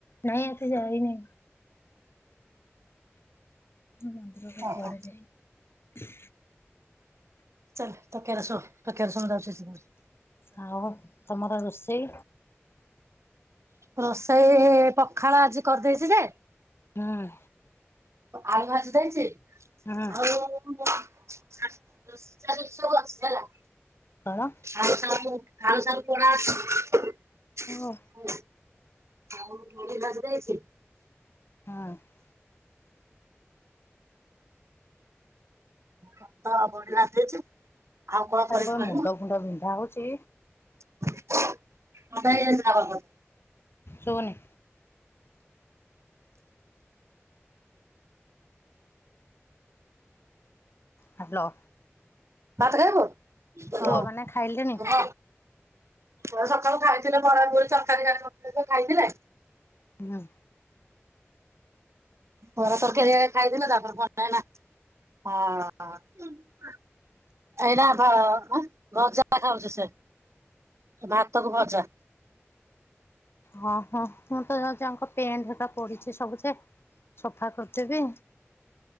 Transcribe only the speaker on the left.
ନାଇଁ ଆଜି ଯାଇ ନି। ମନ୍ଦିରରେ
କୁଆଡେ ଯିବି।
ଆଉ ତମର ରୋଷେଇ?
ହୁଁ।
ହୁଁ
କଣ?
ହଁ।
ଆଜି
ଆଜି କଣ
ମୁଣ୍ଡ ଫୁଣ୍ଡ ବିନ୍ଧା ହଉଛି।
ଶୁବୁନି। ହ୍ୟାଲୋ।
ପୁଅ
ମାନେ ଖାଇଲେଣି?
ହୁଁ।
ହଁ ହୋ ମୁଁ ତ ଯାଉଛି ଆଙ୍କ ପେଣ୍ଟ ହେରିକି ପଡିଛି ସବୁଯେ ସଫା କରିଦେବି।